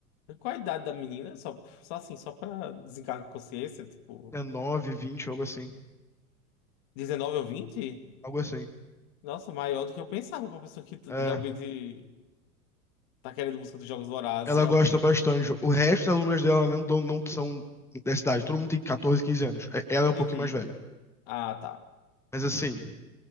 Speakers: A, on the left (about 50°); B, in the centre.
A: qual a idade da menina? Só, só assim, só pra desencargo de consciência, tipo,
B: É 9, 20, algo assim.
A: dezenove ou vinte
B: Algo assim.
A: Nossa, maior do que eu pensava pra pessoa que t-
B: É,
A: realmente tá querendo música dos Jogos Vorazes,
B: ela
A: realmente.
B: gosta bastante. O resto das alunas dela não, tão- não são dessa idade. Todo mundo tem 14, quinze anos. É- Ela é um
A: Uhum.
B: pouquinho mais velha.
A: Ah, tá.
B: Mas assim,